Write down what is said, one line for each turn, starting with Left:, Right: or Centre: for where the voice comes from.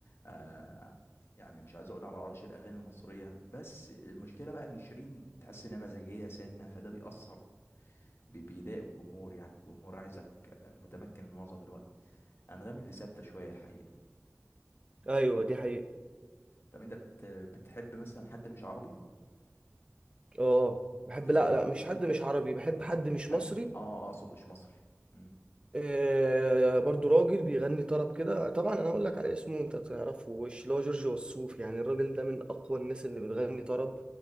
Left: آه، يعني مش عايز اقول على عرش الاغاني المصريه بس المشكله بقى ان شيرين تحس انها مزاجيه سنه فده بيأثر بي- بيضايق الجمهور يعني الجمهور عايزك آه، متمكن معظم الوقت انغام اللي ثابته شويه الحقيقه
Right: ايوه
Left: انت
Right: دي حقيقه
Left: طب انت بت... بتحب مثلا حد مش عربي
Right: اه بحب
Left: زي
Right: لا
Left: مين
Right: لا مش حد مش عربي بحب حد مش
Left: حد
Right: مصري
Left: اه آه، اقصد مش مصري مم.
Right: آه، برضو راجل بيغني طرب كده طبعا انا هقول لك على اسمه انت تعرفه وش اللي هو جورج وسوف يعني الراجل ده من اقوى الناس اللي بتغني طرب